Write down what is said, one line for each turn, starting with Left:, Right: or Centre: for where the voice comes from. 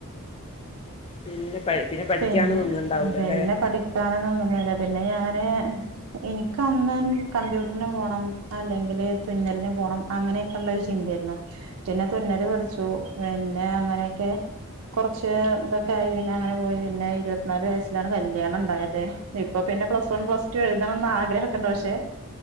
Left: പിന്നെ പ പഠിക്കാനൊന്നും
Right: പിന്നെ
Left: ഉണ്ടാവൂലല്ലേ
Right: പിന്നെ പഠിക്കാനൊന്നും നിന്നില്ല. പിന്നെ ഞാന് ഇനിക്ക് അന്ന ൻ കമ്പ്യൂട്ടർന് പോണം അല്ലെങ്കില് തുന്നലിന് പോണം അങ്ങനെയൊക്കെള്ളൊരു ചിന്തേരുന്നു. പിന്നെ തുന്നല് പഠിച്ചു പിന്നെ അങ്ങനെയൊക്കെ കുറച്ച് ഇതൊക്കെ ആയി പിന്നെ അങ്ങനെ പോയി. പിന്നെ ഇരത്നാല് വയസ്സിലാണ് കല്യാണം ഇണ്ടായത്. ഇപ്പൊ പിന്നെ പ്ലസ് വൺ പ്ലസ് ടു എഴുതണന്ന് ആഗ്രഹൊക്കെണ്ട്. പക്ഷെ